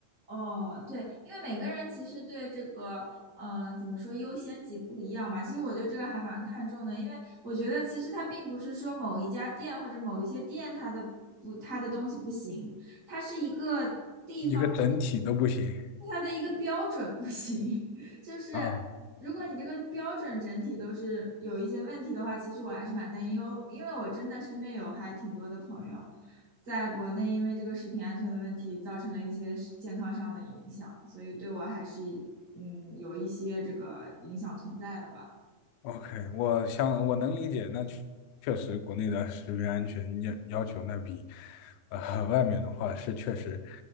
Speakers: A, on the right; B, on the left.
A: 哦，对，因为每个人其实对这个，呃，怎么说优先级不一样嘛。其实我对这个还蛮看重的，因为我觉得其实它并不是说某一家店或者某一些店它的不它的东西不行，它是一个地方的
B: 一个整体都不行
A: 它的一个标准不行。<laughs> 就是
B: 啊。
A: 如果你这个标准整体都是有一些问题的话，其实我还是蛮担忧，因为我真的身边有还挺多的朋友。在国内因为这个食品安全的问题，造成了一些是健康上的影响，所以对我还是嗯有一些这个影响存在的吧。
B: OK，我想我能理解，那确确实国内的食品安全要要求那比呃外面的话是确实